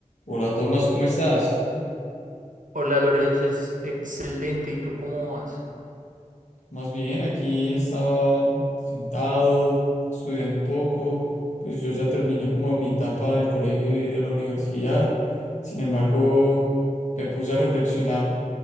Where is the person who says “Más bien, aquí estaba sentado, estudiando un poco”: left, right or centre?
Left